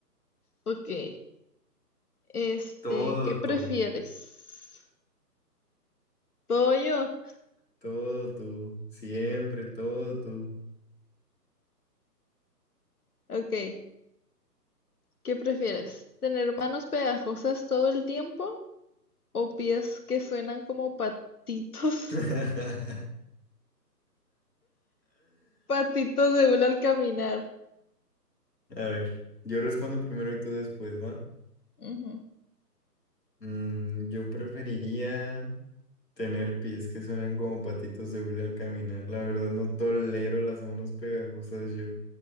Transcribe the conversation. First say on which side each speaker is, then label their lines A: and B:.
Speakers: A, on the left; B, on the left.
A: Ok, este,
B: Todo
A: ¿qué prefieres?
B: tú.
A: ¿Todo yo?
B: Todo tú. Siempre, todo tú.
A: Ok, ¿qué prefieres? ¿Tener manos pegajosas todo el tiempo o pies que suenan como patitos,
B: <laughs>
A: <laughs> patitos de hule al caminar?
B: A ver, yo respondo primero y tú después, ¿va?
A: Ujú.
B: Mm, yo preferiría. Tener pies que suenan como patitos de hule al caminar. La verdad no tolero las manos pegajosas yo.